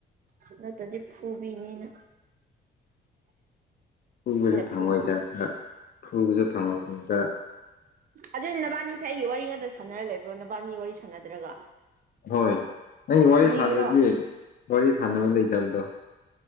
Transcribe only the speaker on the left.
ꯈꯨꯕꯁꯨ ꯐꯪꯉꯣꯏꯗꯕꯗ
ꯐꯕꯁꯨ ꯐꯪꯉꯣꯏꯗꯕꯗ
ꯍꯣꯏ ꯅꯪꯒꯤ ꯋꯥꯔꯤ
ꯁꯥꯗ꯭ꯔꯗꯤ ꯋꯥꯔꯤ ꯁꯥꯟꯅꯕ ꯂꯩꯇꯕꯗꯣ